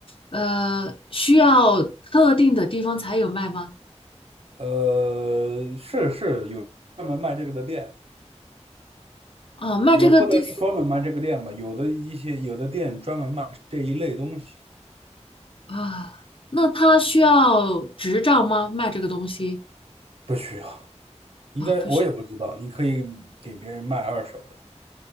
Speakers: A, on the left; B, on the right.
A: 呃需要特定的地方才有卖吗？
B: 呃，是是有专门卖这个的店，
A: 啊，卖这个地
B: 也不能说专门卖这个店吧，有的一些有的店专门卖这一类东西，
A: 啊，那他需要执照吗？卖这个东西
B: 不需要，应该我也不知道，
A: 啊，不需
B: 你可以给别人卖二手的，